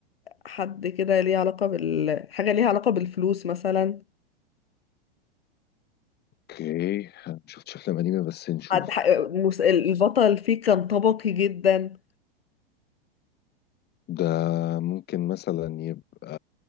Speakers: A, on the left; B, on the left.
A: حد كده ليه علاقة بال حاجة ليها علاقة بالفلوس مثلا
B: اوكي أنا ما شفتش افلام قديمة بس نشوف
A: حد ح... مس... البطل فيه كان طبقي جدا
B: ده ممكن مثلا يبقى